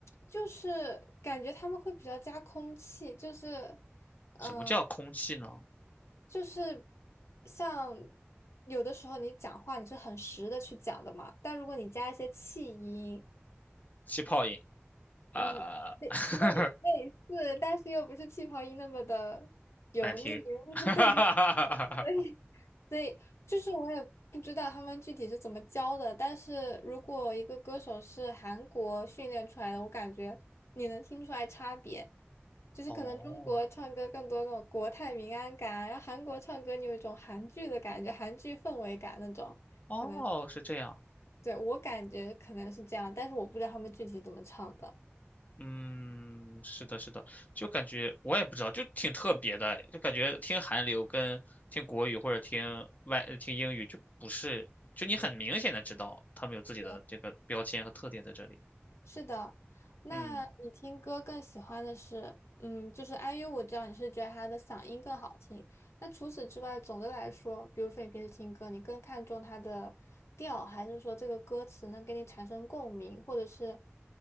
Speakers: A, on the left; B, on the left.
A: 就是感觉他们会比较加空气，就是嗯，
B: 什么叫空气呢？
A: 呃就是像有的时候你讲话你是很实的去讲的嘛，但如果你加一些气音，
B: 气泡音啊，
A: 嗯，类类类似，
B: <laughs>
A: 但是又不是气泡音那么的油腻，
B: 难听。
A: <laughs>
B: <laughs>
A: 对，所以。所以就是我也不知道他们具体是怎么教的，但是如果一个歌手是韩国训练出来的，我感觉你能听出来差别，就是可能中国唱歌更多那种国泰民安感，
B: 哦
A: 然后韩国唱歌你有一种韩剧的感觉，韩剧氛围感那种，
B: 哦，
A: 可能，
B: 是这样。
A: 对，我感觉可能是这样，但是我不知道他们具体怎么唱的。
B: 嗯，是的，是的，就感觉我也不知道，就挺特别的，就感觉听韩流跟听国语或者听外呃听英语就不是，就你很明显的知道他们有自己的这个标签和特点在这里。
A: 对。是的，那你听歌更喜欢的是，
B: 嗯，
A: 嗯，就是 IU，我知道你是觉得他的嗓音更好听。那除此之外，总的来说，比如说你平时听歌，你更看重它的调，还是说这个歌词能给你产生共鸣，或者是